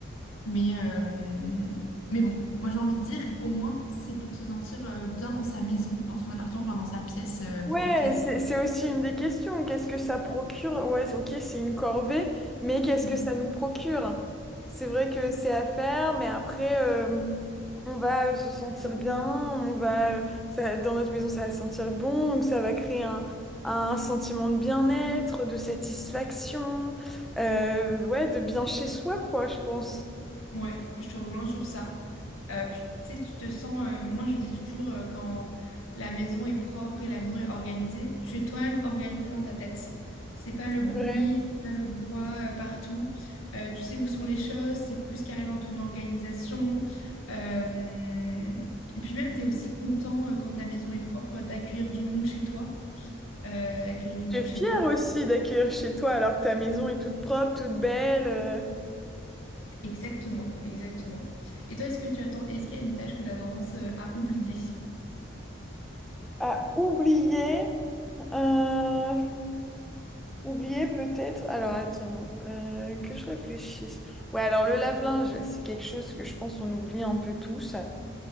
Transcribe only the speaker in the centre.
Ouais,
c'est c'est aussi une des questions. Qu'est-ce que ça procure? Ouais, c'est- ok, c'est une corvée, mais qu'est-ce
que ça nous procure? C'est vrai que c'est à faire, mais après, euh, on va euh, se sentir bien, on va, euh, ça, dans notre maison, ça va sentir bon, donc ça va créer un, un sentiment de bien-être, de satisfaction, euh, ouais, de bien chez soi, quoi, je pense.
C'est vrai.
Je suis
fière
aussi d'accueillir chez toi alors que ta maison est toute propre, toute belle, euh,
à oublier. Euh, oublier peut-être. Alors attends, euh, que je réfléchisse. Ouais, alors le lave-linge, c'est quelque chose que je pense on oublie un peu tous.